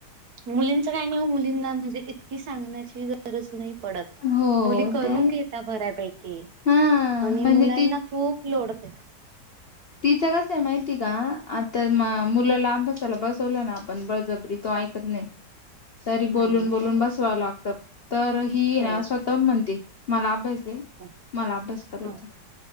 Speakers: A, on the right (about 60°); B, on the left (about 50°).
A: मुलींच काही नाही मुलींना म्हणजे इतकी सांगण्याची गरज नाही. पडत
B: हो
A: मुली करून
B: ते आहे.
A: घेता बऱ्यापैकी
B: हा
A: आणि
B: म्हणजे
A: मुलांना
B: ती
A: खूप लोड दे
B: तिचं कस आहे माहिती का? आता मुलाला अभ्यासाला बसवलं ना आपण बळजबरी तो ऐकत नाही तरी
A: नाही
B: बोलून बोलून बसवा लागतं. तर ही
A: हो
B: ना स्वतःहून म्हणते मला अभ्यास
A: हो
B: मला अभ्यास करायचा
A: हो.